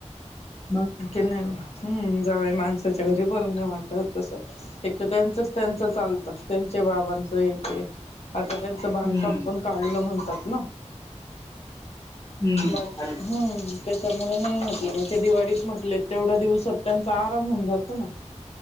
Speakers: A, on the left; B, on the left.
A: ह
B: ी नाही बा हम् जावय माणसाच्या घरी बरं नाही वाटत तस एक तर त्यांचच त्यांच चालतं त्यांचे बाबांच हे ते आता त्यांचं
A: हम्म
B: बांधकामपण काढलं म्हणतात ना
A: हम्म
B: म हम्म
A: खाली
B: त्याच्यामुळे नाही म्हटलं म्हणज ते दिवाळीत म्हटले तेवढा दिवस सट्ट्यांचा आराम होऊन जातो ना